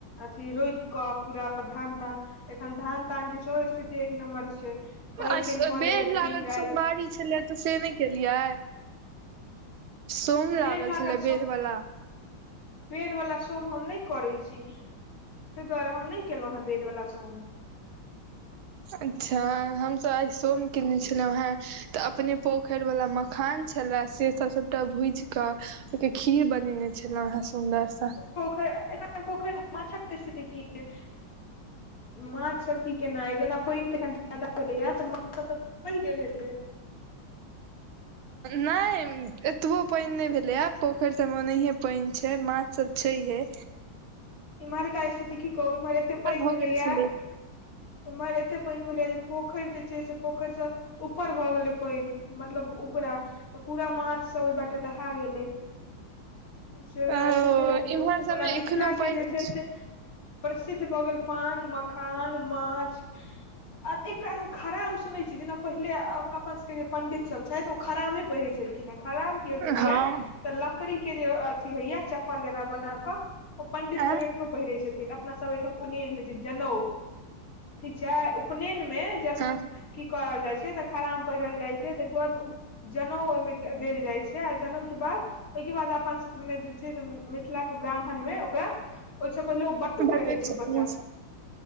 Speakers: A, on the left (about 45°); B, on the right (about 80°).
A: अथी रोइप क पूरा धान तान एखन धान तान के सेहो स्थिति एक नम्बर छै पानि
B: आइ
A: तानि पड़ैया
B: बैड़ लागल
A: दिन राति
B: सोमवारी छलै तऽ से नय केलियै सोम
A: बेड़ लागल
B: छलै
A: सोम
B: बेर वाला
A: <inaudible> बेड़ वला सोम हम नइ करै छी तइ दुआरे हम नइ केलोंह बेड़ वला सोम
B: अच्छा हमसभ आइ सोम केने छलौं हें तऽ अपने पोख खैर वला मखान छला से सब सबटा भुइज क ओइके खीर बनेने छ छैलो हँ सुन्दर सँ
A: पोखरि अखन पोखरि मे माछक स्थिति की छ माछ सब की केना ये, जेना पानि तऽ <unintelligible> हेतय।
B: नहि एतबो पानि नहि भेलैया आब पोखरि सभमे ओनाहिए पानि छैय माछसभ छहिये।
A: इम्हरका स्थिति की कहू इम्हर एते पानि
B: भऽ
A: भेलैया
B: गेल छलै
A: एम्हर एते पानि भेलै जे पोखरि जे छैय से पोखरि से ऊपर भऽ गेलै पानि मतलब उपरा तऽ पूरा माछ सब ओहि बाटे दहा गेलै सेवला
B: ओ
A: स्थिति रहलै
B: इम्हर सबमे
A: ओना मिथिला
B: एखनो पानि
A: के जे छैय से प्रसिद्ध भऽ गेल पान मखान माछ आ एकटा अहाँ खड़ेम सुने छी जेना पहिले अपन सब के जे पंडित सब छथि ओ खरामे पहिरै छलखिन हेँ खराम की होय छलयै
B: हँ
A: तऽ लकड़ीके जे अथी होइया चप्पल जेना बना कऽ ओ पण्डित
B: आ
A: सबक एखनो पहिरय छथिन अपना ओहिठाम उपनेन होई छैय जनउ ठीक‌ छैय उपनेन मे जन
B: <unintelligible>
A: की करल जाइ छैय तऽ खराम पहिरल जाइ छैय तऽ गोद ऊ जनउ ओहिमे देल जाइ छैय आ जनउ के बाद ओहिके बाद अपन सबमे जे छैय से मिथिला के ब्राह्मण मे ओकरा ओहिसँ पहिले बटुक
B: बनबै
A: रहै छैय
B: छी
A: बच्चा
B: हमहुँ सब